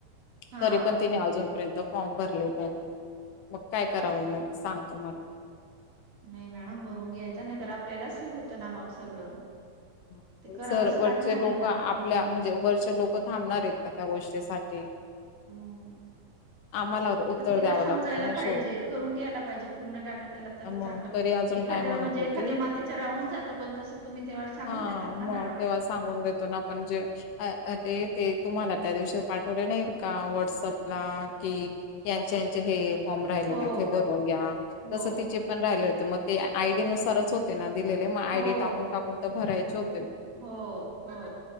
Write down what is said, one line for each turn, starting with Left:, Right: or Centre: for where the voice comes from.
Right: हा
Left: तरी पण तिने अजूनपर्यंत फॉर्म भरले.. मग काय करावं
Right: हम्म.
Left: म सांग तुम्हाला..
Right: नाही मॅडम भरून घ्यायच नाही तर आपल्यालाच हे होतं ना मग सगळं...
Left: <unintelligible>
Right: ते करावंच
Left: सर वरचे
Right: लागणार
Left: लोक
Right: आहे ना
Left: आपल्या
Right: हम्म
Left: म्हणजे वरचे लोक थांबणार आहेत का त्या गोष्टीसाठी...
Right: हम्म.
Left: <unintelligible> उत्तर
Right: तर तिला
Left: द्यावं
Right: समजायला
Left: लागतं ना
Right: पाहिजे
Left: शेवटी
Right: करून घ्यायला पाहिजे पूर्ण डाटा केला तरच
Left: मग
Right: चांगलं..
Left: तरी अजून
Right: एखाद्या
Left: काय म्हणत
Right: म्हणजे
Left: होती
Right: एखाद मात्याच्या राहून जातं पण तसं तुम्ही तेव्हा.. सांगून
Left: हा
Right: देतात ना
Left: मग
Right: मॅडम
Left: तेव्हा सांगून देतो ना आपण जे ते ते तुम्हाला... त्या दिवशी पाठवले नाहील का व्हॉटसअप ला कि यांचे यांचे हे.. फॉर्म राहिले
Right: हो
Left: तिथे भरून घ्या
Right: हो
Left: तस तिचे पण राहिले होते मग ते आयडी नुसारच होते ना... दिले मग आयडी
Right: हो
Left: टाकून टाकून तर भरायचे हो...
Right: हो हो..